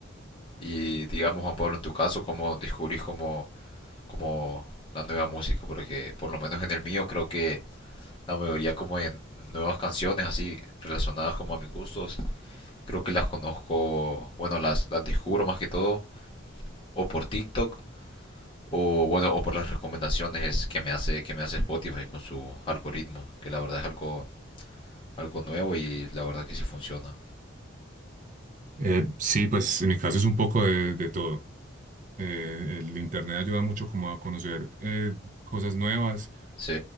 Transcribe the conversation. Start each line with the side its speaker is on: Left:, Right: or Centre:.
Left: Y digamos, Juan Pablo, en tu caso, ¿cómo descubrís como, como la nueva música? Porque por lo menos en el mío creo que la mayoría como en nuevas canciones así relacionadas como a mis gustos. Creo que las conozco, bueno, las, las descubro más que todo o por TikTok o bueno, o por las recomendaciones que me hace que me hace Spotify con su algoritmo, que la verdad es algo algo nuevo y la verdad que sí funciona.
Right: Eh, sí, pues en mi caso es un poco de, de todo. Eh, el internet ayuda mucho como a conocer eh, cosas nuevas.
Left: Sí,